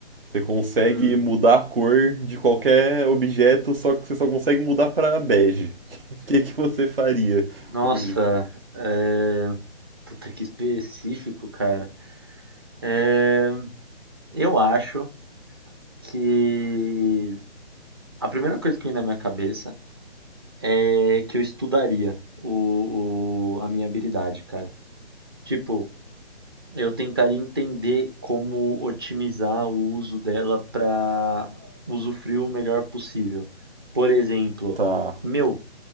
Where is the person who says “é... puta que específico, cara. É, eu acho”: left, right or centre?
Right